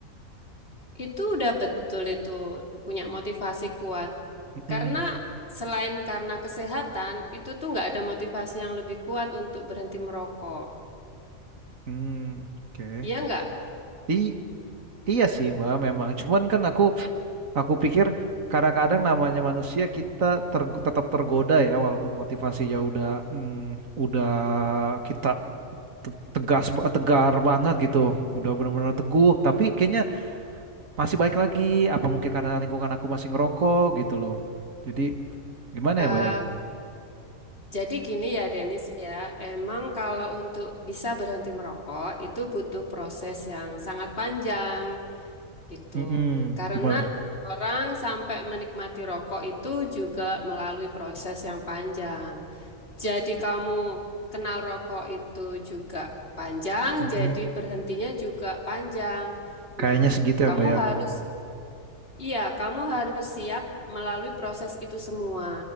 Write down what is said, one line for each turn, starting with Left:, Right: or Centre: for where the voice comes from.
Left: Itu udah betul itu punya motivasi kuat.
Right: Mm,
Left: Karena selain karena kesehatan, itu tuh nggak ada motivasi yang lebih kuat untuk berhenti merokok.
Right: mm, oke.
Left: Iya nggak?
Right: I, iya sih, Mbak, memang. Cuman kan aku aku pikir kadang-kadang namanya manusia kita ter- tetap tergoda ya walaupun motivasinya udah mm, udah kita te- tegas ba- tegar banget gitu. Udah benar-benar teguh, tapi kayaknya masih baik lagi apa mungkin karena lingkungan aku masih ngerokok gitu loh. Jadi gimana
Left: Eh,
Right: ya, Mbak ya?
Left: jadi gini ya, Denis ya. Emang kalau untuk bisa berhenti merokok, itu butuh proses yang sangat panjang. gitu.
Right: Mm-mm,
Left: Karena
Right: gimana?
Left: orang sampai menikmati rokok itu juga melalui proses yang panjang. Jadi kamu kenal rokok itu juga panjang,
Right: Mm-mm.
Left: jadi berhentinya juga panjang.
Right: Kayaknya
Left: Nah,
Right: segitu ya,
Left: kamu
Right: Mbak ya.
Left: harus, iya, kamu harus siap melalui proses itu semua.